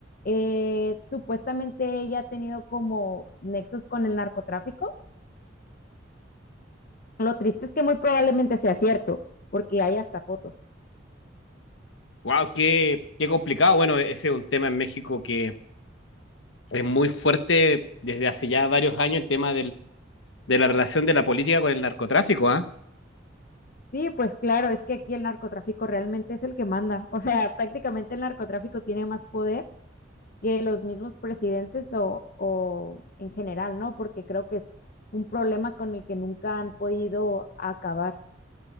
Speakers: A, on the left (about 50°); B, on the left (about 75°).
A: Eh, supuestamente ella ha tenido como nexos con el narcotráfico. Lo triste es que muy probablemente sea cierto, porque hay hasta fotos.
B: ¡Wow! Qué, qué complicado. Bueno, e-, ese es un tema en México que es muy fuerte desde hace ya varios años, el tema del, de la relación de la política con el narcotráfico, ¿ah?
A: Sí, pues claro, es que aquí el narcotráfico realmente es el que manda. O sea, prácticamente el narcotráfico tiene más poder que los mismos presidentes o, o en general, ¿no? Porque creo que es un problema con el que nunca han podido acabar.